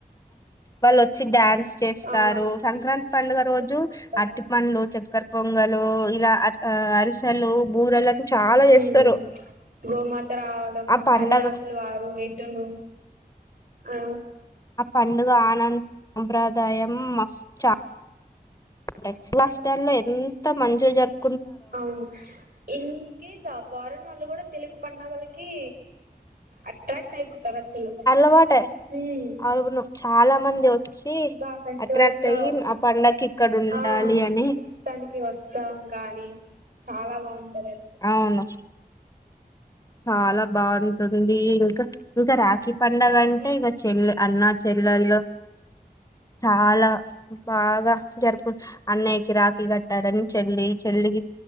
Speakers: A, on the left; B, on the right.
A: వాళ్ళు వచ్చి డ్యా న్స్ చేస్తారు
B: ఆ
A: సంక్రాంతి పండుగ రోజు
B: గోమాత
A: అట్టి పండ్లు చక్కర్ పొంగలు ఇలా అరిసెలు బూరలు అన్ని చాలా చేస్తారు
B: ఉమ్ గోమాత రావడం
A: ఆ పండగ
B: హరిదాసులు వారు ఎద్దులు ఆ
A: ఆ పండుగ ఆనంద సంప్రదాయం మస్త్ చ ఉంటాయ్ కులాస్టార్లో ఎంత మంచిగ జరుపు
B: అవును ఇన్కేస్ అ పారన్ వాళ్ళు గూడా తెలుగు పండగలకి అట్రాక్ట్ అయిపోతు <unintelligible>
A: అలవాటే
B: ఉమ్
A: అవును చాలా మంది వచ్చి
B: ఇంకా ఫెస్టివల్స్
A: అట్రాక్ట్
B: లో
A: అయ్యి ఆ పండగకి ఇక్కడ ఉండాలి
B: ఆ
A: అని
B: చూస్తానికి వస్తా కానీ చాలా బాగుంటది అసలు
A: అవును చాలా బారీతో ఉంది ఇంకా ఇంకా రా కి పడుగ
B: రాఖీ
A: అంటే ఇగ చెల్ల అన్న చెల్లెల్లు
B: అ
A: చాలా బాగా జరుపూకు అన్నయ్యకి రాఖీ కట్టాలని చెల్లి చెల్లికి